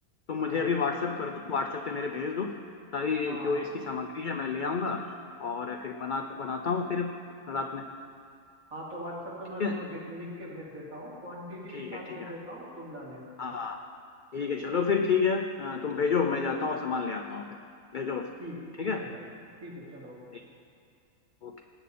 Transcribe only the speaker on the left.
तो
मुझे अभी व्हाट्सअप कर दो व्हाट्सएप पे मेरे भेज दो सारी
जो इसकी सामग्री है मैं ले आऊंगा और फिर बना बनाता हूँ फिर रात में
ठीक
है
ठीक
है ठीक
है
हाँ ठीक है चलो फिर ठीक है अ, तुम भेजो मैं जाता हूँ सामान ले आता हूँ फिर भेजो बस
ठीक
है
ठीक, ओके